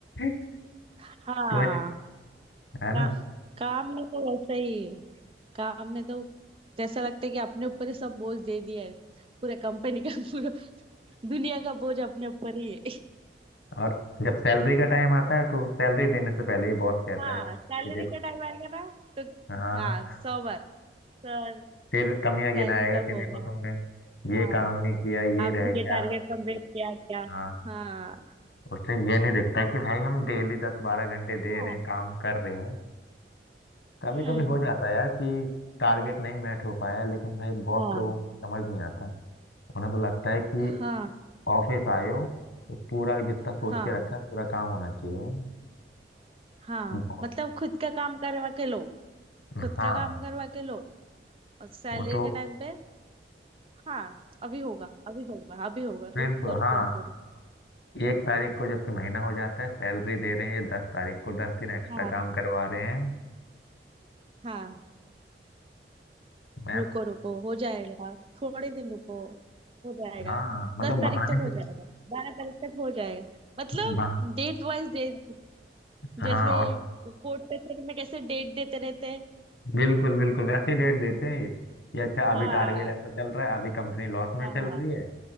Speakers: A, on the left; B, on the right.
A: <laughs>
B: हाँ
A: तुम्हें है ना
B: का, काम में तो वैसा ही है काम में तो जैसा लगता है कि अपने ऊपर ही सब बोझ दे दिया है पूरे कंपनी का पूरा दुनिया का बोझ अपने ऊपर ही है
A: और जब सैलरी का टाइम आता है तो सैलरी देने से पहले ही बॉस कहता
B: हाँ
A: है कि
B: सैलरी
A: देखो
B: का टाइम आएगा ना तो
A: हाँ
B: हाँ सौ बार सर
A: फिर कमियां गिनाएगा
B: सैलरी कब
A: कि
B: होगा
A: देखो तुमने
B: हाँ
A: ये काम नहीं किया ये
B: आपने
A: रह गया
B: ये टारगेट कंप्लीट किया क्या
A: हाँ
B: हाँ
A: उससे ये नहीं दिखता कि भाई हम डेली दस बारह घंटे दे
B: हाँ
A: रहे हैं काम कर रहे हैं कभी
B: हम्म
A: कभी हो जाता है यार कि टारगेट नहीं मैट हो पाया लेकिन भाई बॉस
B: हाँ
A: लोगों को समझ नहीं आता उन्हें तो लगता है कि
B: हाँ
A: ऑफिस आए हो तो पूरा जितना सोच
B: हाँ
A: के रखा है पूरा काम होना चाहिए
B: हाँ
A: बॉस
B: मतलब खुद का काम करवा के लो
A: हाँ
B: खुद का काम करवा के लो और सैलरी
A: वो तो
B: के टाइम पे हाँ अभी होगा अभी होगा अभी होगा
A: बिल्कुल
B: रुको रुको
A: हाँ
B: रुको रुको
A: एक तारीख को जबकि महीना हो जाता है सैलरी दे रहे हैं ये दस तारीख को दस दिन एक्स्ट्रा
B: हाँ
A: काम करवा रहे हैं
B: हाँ
A: मैं
B: रुको रुको हो जाएगा थोड़े दिन रुको हो जाएगा
A: हाँ मतलब
B: दस
A: बहाने
B: तारीख तक
A: से
B: हो जाएगा बारह तारीख तक हो जाएगा मतलब
A: बहा,
B: डेट वाइज डेट
A: हाँ
B: जैसे
A: और
B: कोर्ट कचहरी में कैसे डेट देते रहते हैं
A: बिल्कुल बिल्कुल वैसे ही डेट देते हैं ये कि अच्छा अभी
B: हाँ
A: टारगेट ऐसा चल रहा है अभी कंपनी लॉस में
B: हाँ
A: चल रही है